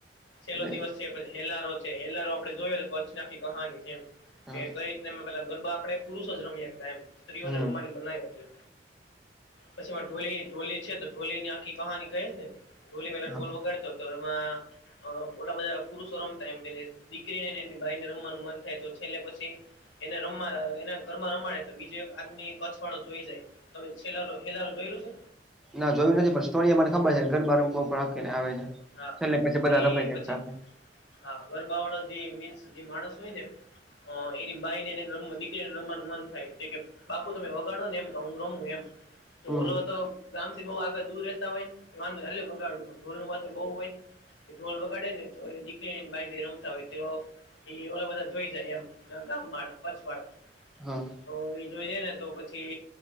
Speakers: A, in the centre; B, on the left.
A: આપડે
B: છેલ્લો દિવસ. છ હેલારો છે, હેલારો આપડે જોયે પંચનાખી કહાની છે, એમ,
A: હા
B: કે કંઈ રીતનેમે પેલા ગરબા આપણેે પુરુષ જ રમી શકતા એમ. સ્ત્રીઓને
A: હમ
B: રમવાની મનાઈ હતી, પછી એમાં ઢોલી-ઢોલી છેત, ઢોલીની આખી કહાની કહીશને ઢોલી પેલા
A: હા
B: ઢોલ વગાડતો તો એમાં, અ ઓલા બધા પુરુષો રમતા એમ તેને દીકરીને બાઈને રમવાનું મન થાય તો પછી છેલ્લે પછી, એને રમવાની એના ઘરમાં રમાડ તો બીજેએક આદમી કછવાળો જોઈ જાય. તમે છેલ હેલારો જોયેલો છે,
A: ના જોયું નથી પણ સ્ટોરી અમાને ખબર છે, ગરબા રમે ઉપર આપખીને આવે છે,
B: હા
A: છેલ્લે પછી બધા
B: એ
A: રમે છે,
B: પછી
A: સાથે,
B: હા, ગરબાાવળો જે મીન્સ જે માણસ હોયને, અ એની બાઈને એને રમવા દીકરીને રમવાનું મન થાય તો કેમ, બાપુ તમે વગાડોને એમ તો હું રમું એમ, ઢોલોતો
A: હમ
B: ગામથી બહુ આગળ દૂર રહેતા હોય હાલે બગાડું ઢોલ ન વાત તો બહુ હોય, ઢોલ વગાડે નેતો દીકરી ભાઈ બે રમતા હોય તેઓ, એ ઓલા બધા જોઈ જાય એમ ગામ વાળા કચ્છ વાળા,
A: હા,
B: તોએ જોઈ જાય નેતો પછી,